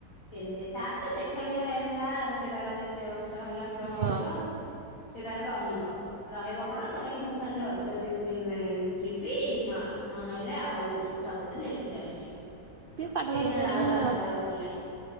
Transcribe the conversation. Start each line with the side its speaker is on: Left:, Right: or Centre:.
Left: କେେ ତାର ତ ସେଖେଣ୍ଡ ଇୟର ହେଲା ସେ ତାର ଦ୍ଵିତୀୟ ବର୍ଷ ହେଲା ପ୍ଲସ
Right: ହଁ
Left: ଟୁ ର ସେ ତାର ରହିବ ରହିବ କଣ କହିଲା କି ମୁଁ ଖାଲି ରଜ ତିନି ଦିନ ଯିବି। ନା ନ ହେଲେ ଆଉ ସବୁଦିନ ଏଠି ରହିବି।
Right: ସିଏ ପାଠ
Left: ସେ
Right: ପାଠ
Left: ଫେରେ
Right: ପଢିଲି
Left: ଆଉ କାହା ସାଙ୍ଗରେ ଗପିଲାନି।